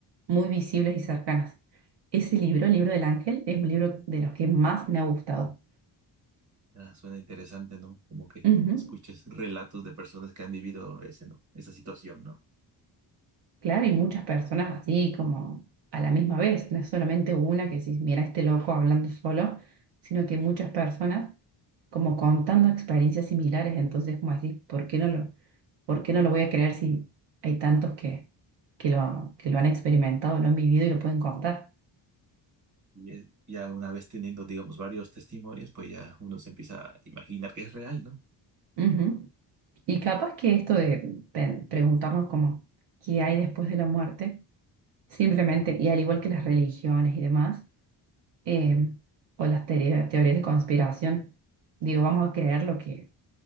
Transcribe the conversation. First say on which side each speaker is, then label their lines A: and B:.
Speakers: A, on the right; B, on the right.
A: muy visibles y cercanas. Ese libro, el libro del ángel, es un libro de los que más me ha gustado.
B: Ah, suena interesante, ¿no? Como que
A: Ujú.
B: escuches relatos de personas que han vivido ese, ¿no? Esa situación, ¿no?
A: Claro, y muchas personas así como a la misma vez, no es solamente una que si mira este loco hablando solo, sino que muchas personas como contando experiencias similares, entonces como así ¿por qué no lo, por qué no lo voy a creer si hay tantos que, que lo, que lo han experimentado, lo han vivido y lo pueden contar?
B: Y eh, ya una vez teniendo, digamos, varios testimonios, pues ya uno se empieza a imaginar que es real, ¿no?
A: Ujú. Y capaz que esto de pe- preguntarnos como qué hay después de la muerte, simplemente, y al igual que las religiones y demás, eh, o las teoría- teorías de conspiración. Digo, vamos a creer lo que,